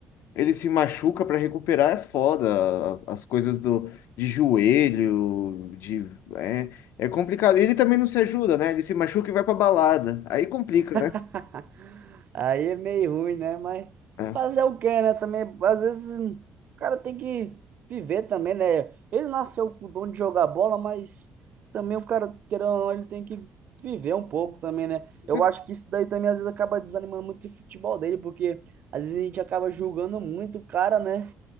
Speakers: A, on the left; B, on the right.
A: ele se machuca para recuperar é foda. A- As coisas do, de joelho, de, é, é complicado. Ele também não se ajuda, né? Ele se machuca e vai pra balada. Aí complica,
B: <laughs>
A: né?
B: Aí é meio ruim, né? Mas
A: É.
B: fazer o quê, né? Também, às vezes, hum, o cara tem que viver também, né? Ele nasceu com o dom de jogar bola, mas também o cara, querendo ou não, ele tem que viver um pouco também, né?
A: Você-
B: Eu acho que isso daí também, às vezes, acaba desanimando muito o futebol dele, porque às vezes a gente acaba julgando muito o cara, né?